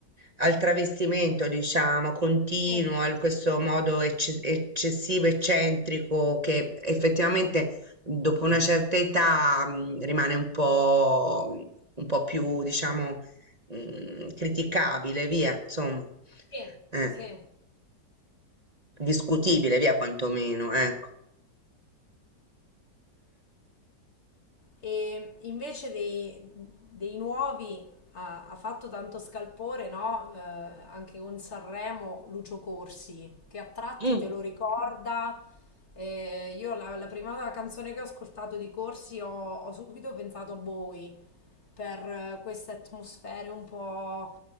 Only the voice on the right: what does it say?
al travestimento, diciamo, continuo,
a questo modo ecce- eccessivo, eccentrico, che effettivamente dopo una certa età mh, rimane un po', un po' più, diciamo, mh, criticabile, via, insomma,
eh,
discutibile, via, quantomeno, ecco.
Mm.